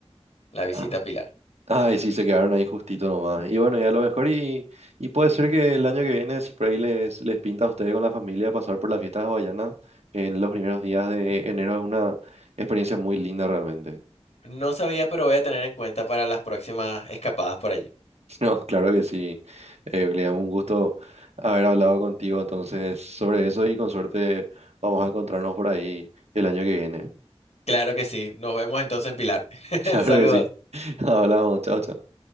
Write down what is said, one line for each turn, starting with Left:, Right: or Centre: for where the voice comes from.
Left: la visita
Right: Ah,
Left: a Pilar.
Right: Ay, sí, se quedaron ahí justito nomás. Y bueno, ya a lo mejor y, y puede ser que el año que viene, si por ahí les, les pinta a ustedes con la familia pasar por las fiestas hawaianas en los primeros días de enero, es una experiencia muy linda realmente.
Left: No sabía, pero voy a tener en cuenta para las próximas escapadas por allí.
Right: <laughs> No, claro que sí. Eh, le damos un gusto haber hablado contigo entonces sobre eso y con suerte vamos a encontrarnos por ahí el año que viene.
Left: Claro que sí, nos vemos entonces en Pilar. <laughs>
Right: <laughs> Claro
Left: Saludos.
Right: que sí. <laughs> Hablamos, chao, chao.